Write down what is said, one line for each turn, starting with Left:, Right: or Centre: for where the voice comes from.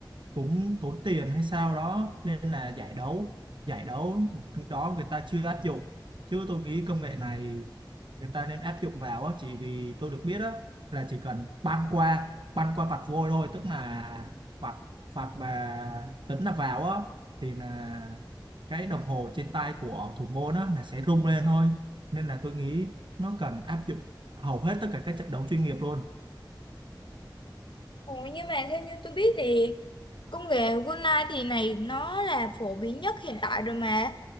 Right: cũng tốn tiền hay sao đó nên là giải đấu giải đấu đó người ta chưa áp dụng chứ tôi nghĩ công nghệ này người ta nên áp dụng vào á chỉ vì tôi được biết á là chỉ cần băn qua băn qua vạch vôi thôi tức là vạch vạch mà tính là vào á thì là cái đồng hồ trên tay của thủ môn á là sẽ rung lên thôi nên là tôi nghĩ nó cần áp dụng hầu hết tất cả các trận đấu chuyên nghiệp luôn
Left: Ồ, nhưng mà theo như tôi biết thì Công nghệ Golai thì này nó là phổ biến nhất hiện tại rồi mà